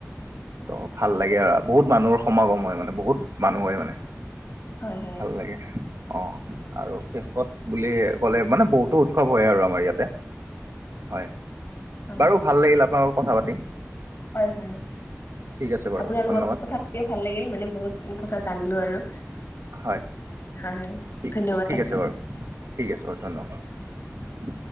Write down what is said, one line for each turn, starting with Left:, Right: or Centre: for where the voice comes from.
Right: ত' ভাল লাগে আৰু বহুত মানুহৰ সমাগম হয় মানে বহুত মানুহ হয় মানে।
Left: হয় হয়।
Right: ভাল লাগে। অঁ আৰু শেষত বুলি ক'লে মানে বহুতো উৎসৱ হয় আৰু আমাৰ ইয়াতে। হয়,
Left: হয়,
Right: বাৰু ভাল লাগিল আপোনাল লগত কথা পাতি।
Left: হয় হয়,
Right: ঠিক আছে বাৰু
Left: আপোনাৰ
Right: ধন্যবাদ
Left: লগত কথা তিও ভাল লাগিল মানে বহুত কথা জানিলো আৰু।
Right: হয়
Left: হয় হয়
Right: ঠিক
Left: ধন্যবাদ
Right: ঠিক
Left: থাকিল।
Right: আছে বাৰু ঠিক আছে বাৰু ধন্যবাদ।